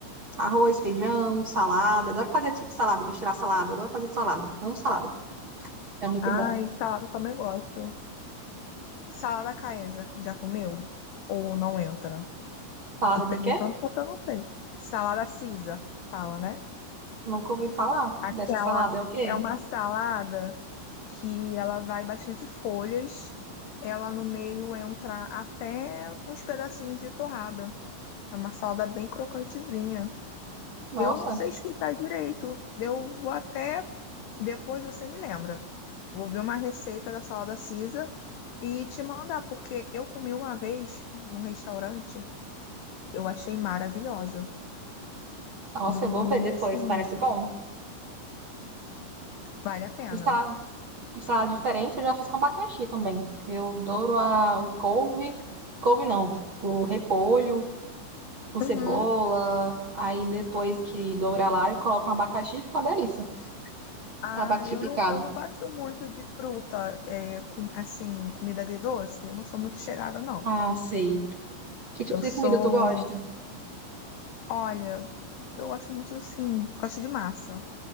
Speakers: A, on the right; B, on the left.
A: arroz, feijão, salada. Adoro fazer tipo salada, misturar salada. Adoro fazer salada. Amo salada. É muito
B: Ai,
A: bom.
B: salada também gosto. Salada Caesar, já comeu? Ou não entra?
A: Salada
B: Tô perguntando
A: de quê?
B: porque eu não sei. Salada Caesar, que fala, né?
A: Nunca ouvi falar
B: Aquela
A: dessa salada. É o quê?
B: é uma salada que ela vai bastante folhas. Ela no meio entra até uns pedacinhos de torrada. É uma salada bem crocantezinha.
A: Nossa,
B: Eu não sei explicar direito. Eu vou até depois você me lembra. Vou ver uma receita da salada Caesar e te mandar, porque eu comi uma vez num restaurante, eu achei maravilhosa.
A: nossa,
B: E
A: eu vou ver depois.
B: assim,
A: Parece bom.
B: vale a pena.
A: E salada, e salada diferente, eu já fiz com abacaxi também. Eu adoro a, o couve. Couve não, o repolho, com cebola.
B: Uhum.
A: Aí depois que dourar lá, eu coloco um abacaxi e fica uma delícia. Fica
B: Ah,
A: um abacaxi
B: eu
A: picado.
B: não, eu não gosto muito de fruta, é, com- assim, comida agridoce. Eu não sou muito chegada não.
A: Ah, sei. Que tipo
B: Eu
A: de
B: sou,
A: comida tu gosta?
B: olha, eu gosto muito, assim, gosto de massa,